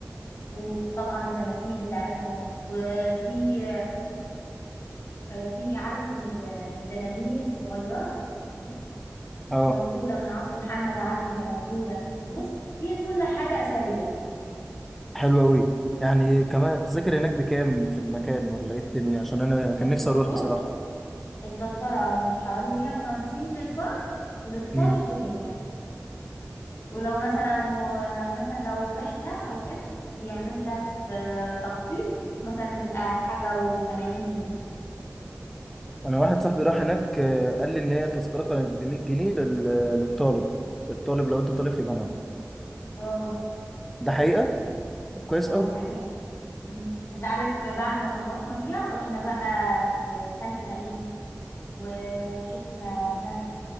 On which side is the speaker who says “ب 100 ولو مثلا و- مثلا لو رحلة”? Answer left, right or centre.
Left